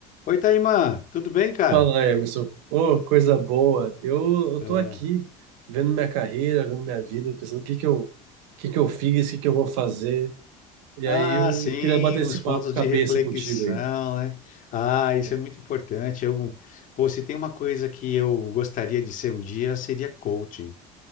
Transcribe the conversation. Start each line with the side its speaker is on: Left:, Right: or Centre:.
Left: Oi, Taimã, tudo bem, cara?
Right: Fala, Emerson. Ô, coisa boa. Eu, eu
Left: Ah,
Right: tô aqui vendo minha carreira, vendo minha vida, pensando o que que eu, o que que eu fiz, o que que eu vou fazer. E
Left: ah,
Right: aí eu
Left: sim,
Right: queria bater
Left: os
Right: esse
Left: pontos
Right: papo cabeça
Left: de reflexão,
Right: contigo aí.
Left: né? Ah, isso
Right: É,
Left: é muito importante. Eu, pô, se tem uma coisa que eu gostaria de ser um dia, seria coaching,